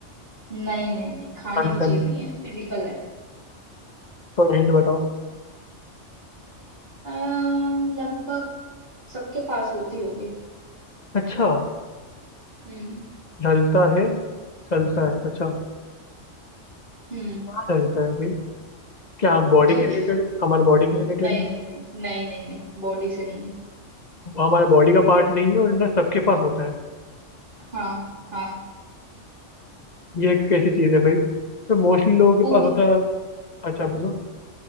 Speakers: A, on the right; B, on the left.
A: नहीं नहीं नहीं खाने
B: पानी
A: की
B: का
A: चीज नहीं है फिजिकल है
B: थोड़ा हिंट बताओ
A: अ, लगभग सबके पास होती होगी
B: अच्छा
A: हम्म
B: ढलता है चलता है अच्छा
A: हम्म
B: क्या ढलता है भाई क्या
A: मुझे
B: बॉडी के
A: क्या
B: रिलेटेड है हमारे बॉडी के रिलेटेड
A: नहीं
B: है
A: नहीं नहीं नहीं नहीं नहीं बॉडी से नहीं है
B: हमारा बॉडी का पार्ट नहीं है और ना सबके पास होता है
A: हाँ हाँ
B: ये कैसी चीज़ है भाई तो मोस्टली लोगों के
A: उग
B: पास होता है अच्छा मतलब